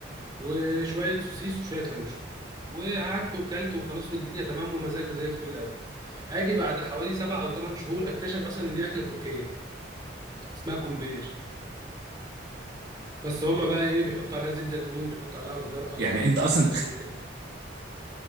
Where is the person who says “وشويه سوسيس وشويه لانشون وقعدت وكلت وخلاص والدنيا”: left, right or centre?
Right